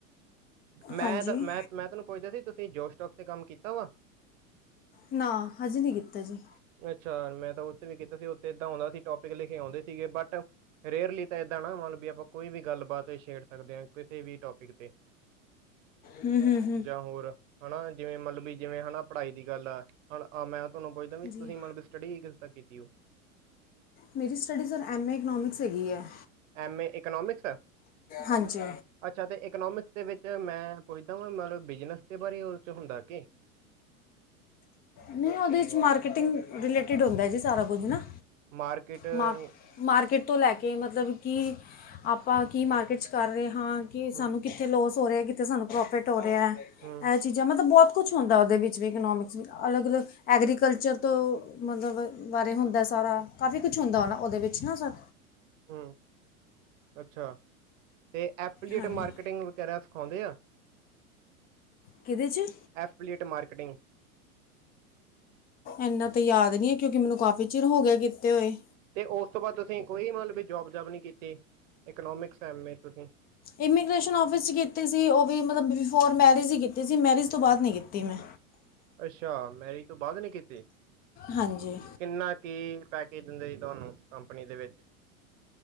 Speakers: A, on the right; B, on the left.
A: ਮੈਂ
B: ਹਾਂਜੀ
A: ਤਾਂ ਮੈਂ ਮੈਂ ਤੁਹਾਨੂੰ ਪੁੱਛਦਾ ਸੀ ਤੁਸੀਂ ਜੋਸ਼ਟੋਕ ਤੇ ਕੰਮ ਕੀਤਾ ਵਾ
B: ਨਾ ਅੱਜੇ ਨਹੀਂ ਕੀਤਾ ਜੀ
A: ਅੱਛਾ ਮੈਂ ਤਾਂ ਉੱਥੇ ਵੀ ਕੀਤਾ ਸੀ ਉੱਥੇ ਏਦਾਂ ਆਉਂਦਾ ਸੀ ਟੋਪਿਕ ਲਿਖ ਆਉਂਦੇ ਸੀਗੇ ਬਟ ਰੇਅਰਲੀ ਏਦਾਂ ਨਾ ਮਤਲਬ ਵੀ ਆਪਾਂ ਕੋਈ ਵੀ ਗੱਲਬਾਤ ਛੇੜ ਸਕਦੇ ਹਾਂ ਕਿਸੇ ਵੀ ਟੋਪਿਕ ਤੇ
B: ਹਮ ਹਮ ਹਮ
A: ਜਾਂ ਹੋਰ ਹਨਾ ਜਿਵੇਂ ਮਤਲਬ ਵੀ ਜਿਵੇਂ ਹਨਾ ਪੜ੍ਹਾਈ ਦੀ ਗੱਲ ਆ ਹਣ ਮੈਂ ਤੁਹਾਨੂੰ ਪੁੱਛਦਾ ਵੀ
B: ਜੀ
A: ਤੁਸੀਂ ਮਤਲਬ ਵੀ ਸਟੱਡੀ ਕਿਸ ਤ ਕੀਤੀ ਹੋ
B: ਮੇਰੀ studies sir M A economics ਹੈਗੀ ਹੈ
A: ਐਮ ਏ ਇਕੋਨੋਮਿਕਸ ਹੈ
B: ਹਾਂਜੀ
A: ਅੱਛਾ ਤੇ ਇਕਨੋਮਿਕਸ ਦੇ ਵਿੱਚ ਮੈਂ ਪੁੱਛਦਾ ਵ ਮਤਲਬ ਬਿਜਨਸ ਦੇ ਬਾਰੇ ਉਹ ' ਹੁੰਦਾ ਕਿ
B: ਨਹੀਂ ਉਹਦੇ 'ਚ ਮਾਰਕੀਟਿੰਗ ਰਿਲੇਟਿਡ ਹੁੰਦਾ ਜੀ ਸਾਰਾ ਕੁਝ ਨਾ
A: ਮਾਰਕਿਟੀਂਗ
B: ਮਾ ਮਾਰਕੀਟ ਤੋਂ ਲੈ ਕੇ ਮਤਲਬ ਕਿ ਆਪਾਂ ਕੀ ਮਾਰਕੀਟ 'ਚ ਕਰ ਰਹੇ ਹਾਂ ਕਿ
A: ਹੂੰ
B: ਸਾਨੂੰ ਕਿੱਥੇ ਲੋਸ ਹੋ ਰਿਹਾ ਕਿੱਥੇ ਸਾਨੂੰ ਪ੍ਰੋਫਿਟ ਹੋ ਰਿਹਾ
A: <unintelligible>
B: ਇਹ ਚੀਜ਼ਾਂ ਮਤਲਬ ਬਹੁਤ ਕੁਛ ਹੁੰਦਾ ਉਹਦੇ ਵਿੱਚ ਵੀ ਇਕਨੋਮਿਕਸ ਵਿੱਚ ਅਲੱਗ -ਅਲੱਗ ਐਗਰੀਕਲਚਰ ਤੋਂ ਮਤਲਬ ਬਾਰੇ ਹੁੰਦਾ ਸਾਰਾ ਕਾਫੀ ਕੁਛ ਹੁੰਦਾ ਉਹ ਨਾ ਉਹਦੇ ਵਿੱਚ ਕੁੱਛ ਨਾ ਸਰ
A: ਹਮ ਅੱਛਾ ਤੇ ਐਪਲੀਏਟ
B: ਹਾਂਜੀ
A: ਮਾਰਕੀਟਿੰਗ ਵਗੈਰਾ ਸਿਖਾਉਂਦੇ ਆ
B: ਕਿਹਦੇ 'ਚ
A: ਐਫਲੀਟ ਮਾਰਕਟਿੰਗ
B: ਇੰਨਾ ਤੇ ਯਾਦ ਨੀ ਹੈ ਕਿਉਂਕਿ ਮੈਨੂੰ ਕਾਫ਼ੀ ਚਿਰ ਹੋ ਗਿਆ ਕੀਤੇ ਹੋਏ
A: ਤੇ ਉਸ ਤੋਂ ਬਾਅਦ ਤੁਸੀਂ ਕੋਈ ਮਤਲਬ ਜੋਬ ਜਬ ਨੀ ਕੀਤੀ ਇਕਨੋਮਿਕਸ ਐਮ ਏ ਤੁਸੀਂ
B: ਇਮੀਗ੍ਰੇਸ਼ਨ ਆਔਫਿਸ 'ਚ ਕੀਤੀ ਸੀ ਉਹ ਵੀ ਮਤਲਬ ਬਿਫੋਰ ਮੈਰਿਜ ਹੀ ਕੀਤੀ ਸੀ ਮੈਰਿਜ ਤੋਂ ਬਾਅਦ ਨਹੀਂ ਕੀਤੀ ਮੈਂ
A: ਅੱਛਾ ਮੈਰਿਜ ਤੋਂ ਬਾਅਦ ਨੇ ਕੀਤੀ
B: ਹਾਂਜੀ
A: ਕਿੰਨਾ ਕੀ ਪੈਕੇਜ ਦਿੰਦੇ ਜੀ ਤੁਹਾਨੂੰ ਕੰਪਨੀ ਦੇ ਵਿੱਚ